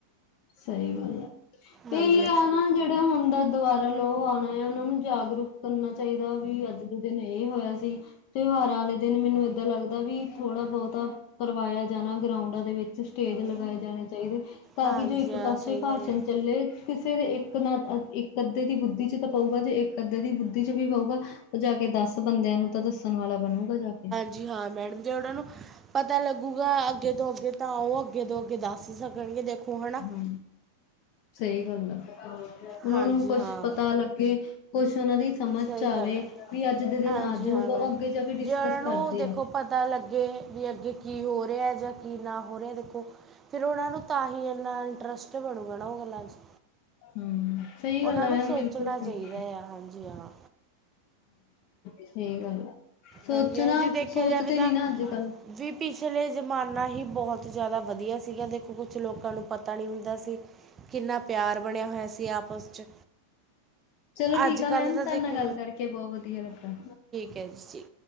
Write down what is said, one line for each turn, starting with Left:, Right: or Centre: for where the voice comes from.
Left: ਸਹੀ ਗੱਲ ਹੈ ਇਹੀ
Right: ਹਾਂਜੀ ਹਾਂ,
Left: ਆ ਨਾ, ਜਿਹੜਾ ਮੁੰਡ ਦੁਬਾਰਾ ਲੋ ਆਣਾ, ਉਹਨਾਂ ਨੂੰ ਜਾਗਰੂਕ ਕਰਨਾ ਚਾਹੀਦਾ ਵੀ ਅੱਜ ਦੇ ਦਿਨ ਇਹ ਹੋਇਆ ਸੀ ਤਿਉਹਾਰਾਂ ਵਾਲੇ ਦਿਨ ਮੈਨੂੰ ਏਦਾਂ ਲੱਗਦਾ ਵੀ ਥੋੜਾ ਬਹੁਤਾ ਕਰਵਾਇਆ ਜਾਣਾ ਗਰਾਉਂਡਾਂ ਦੇ ਵਿੱਚ ਸਟੇਜ ਲਗਾਏ ਜਾਣੇ ਚਾਹੀਦੇ, ਤਾਂ
Right: ਹਾਂਜੀ
Left: ਕਿ ਜੋ ਇੱਕ
Right: ਹਾਂ
Left: ਪਾਸੇ
Right: ਸਹੀ
Left: ਭਾਸ਼ਣ
Right: ਗੱਲ ਆ।
Left: ਚੱਲੇ ਕਿਸੇ ਦੇ ਇੱਕ ਨਾ ਇੱਕ ਅੱਧੇ ਦੀ ਬੁੱਧੀ ਤਾਂ ਪਊਗਾ, ਜੇ ਇੱਕ ਅੱਧੇ ਦੀ ਬੁੱਧੀ ਵੀ ਪਊਗਾ ਉਹ ਜਾ ਕੇ ਦਸ ਬੰਦਿਆਂ ਨੂੰ ਤਾਂ ਦੱਸਣ ਵਾਲਾ ਬਣੂਗਾ ਜਾ ਕੇ
Right: ਜੀ ਹਾਂ ਮੈਡਮ ਜੀ ਉਹਨਾਂ ਨੂੰ ਪਤਾ ਲੱਗੂਗਾ, ਅੱਗੇ ਤੋਂ ਅੱਗੇ ਤਾਂ ਆਓ ਅੱਗੇ ਤੋਂ ਅੱਗੇ ਦੱਸ ਹੀ ਸਕਣਗੇ ਦੇਖੋ ਹਨਾ।
Left: ਹੂੰ, ਸਹੀ ਗੱਲ ਆ ਉਹਨਾਂ
Right: ਹਾਂਜੀ
Left: ਨੂੰ ਕੁੱਛ
Right: ਹਾਂ।
Left: ਪਤਾ ਲੱਗੇ ਕੁਛ ਉਹਨਾਂ ਦੀ ਸਮਝ
Right: ਸਹੀ
Left: ਚ ਆਵੇ
Right: ਗੱਲ ਹੈ
Left: ਵੀ ਅੱਜ ਦੇ ਦਿਨ
Right: ਹਾਂਜੀ
Left: ਅੱਜ ਹੋਊਗਾ,
Right: ਹਾਂ ਮੈਡਮ
Left: ਉਹ ਅੱਗੇ ਜਾ ਕੇ ਡਿਸਕਸ
Right: ਜੇ ਉਹਨਾਂ ਨੂੰ
Left: ਕਰਦੇ
Right: ਦੇਖੋ
Left: ਆ
Right: ਪਤਾ ਲੱਗੇ ਵੀ ਅੱਗੇ ਕੀ ਹੋ ਰਿਹਾ ਜਾਂ ਕੀ ਨਾ ਹੋ ਰਿਹਾ ਦੇਖੋ ਫਿਰ ਉਹਨਾਂ ਨੂੰ ਤਾਂ ਹੀ ਇੰਨਾ ਇੰਟਰਸਟ ਬਣੂਗਾ, ਨਾ ਉਹ ਗੱਲਾਂ ਚ
Left: ਹਮ ਸਹੀ
Right: ਉਹਨਾਂ
Left: ਗੱਲ ਆ ਮੈਮ
Right: ਨੂੰ ਸੋਚਣਾ
Left: ਬਿਲਕੁਲ ਸਹੀ
Right: ਚਾਹੀਦਾ
Left: ਗੱਲ
Right: ਆ ਹਾਂਜੀ ਹਾਂ
Left: ਸਹੀ ਗੱਲ ਆ ਸੋਚਣਾ
Right: ਹਾਂਜੀ ਹਾਂ ਜੇ ਦੇਖਿਆ
Left: ਸੋਚ
Right: ਜਾਵੇ
Left: ਤੇ
Right: ਤਾਂ
Left: ਨੀ ਨਾ ਅੱਜ-ਕੱਲ
Right: ਵੀ ਪਿਛਲੇ ਜ਼ਮਾਨਾ ਹੀ ਬਹੁਤ ਜ਼ਿਆਦਾ ਵਧੀਆ ਸੀਗਾ, ਦੇਖੋ ਕੁਛ ਲੋਕਾਂ ਨੂੰ ਪਤਾ ਨਹੀਂ ਹੁੰਦਾ ਸੀ ਕਿੰਨਾ ਪਿਆਰ ਬਣਿਆ ਹੋਇਆ ਸੀ, ਆਪਸ 'ਚ
Left: ਚਲੋ, ਠੀਕ
Right: ਅੱਜ
Left: ਆ
Right: ਕੱਲ੍ਹ
Left: ਮੈਮ
Right: ਤਾਂ
Left: ਤੁਹਾਡੇ
Right: ਦੇਖੋ
Left: ਨਾਲ ਗੱਲ ਕਰਕੇ ਬਹੁਤ ਵਧੀਆ ਲੱਗਾ
Right: ਕੇ ਸੀ